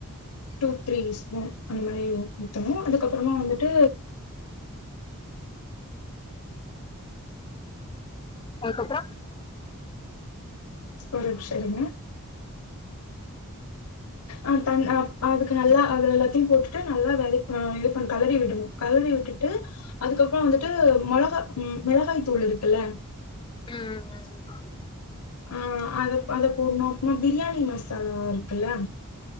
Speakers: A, on the left; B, on the left.
A: டூ த்ரீ ஸ்பூன் அந்த மாரி ஊத்தணு அதுக்கப்புறமா வந்துட்டு
B: அதுக்கப்பறோ
A: ஒரு நிமிஷ இருங்க அ அ அ அதுக்கு நல்லா அதுல எல்லாத்தையு போட்டுட்டு நல்லா வதக்கி ம் கலறி விடுணு கலறி விட்டுட்டு அதுக்கப்புற வந்துட்டு மொளகா மிளகாய் தூள் இருக்குல்ல
B: ம் ம்
A: ஆ அத அத போட்ணு அப்ம பிரியாணி மசாலா இருக்குல்ல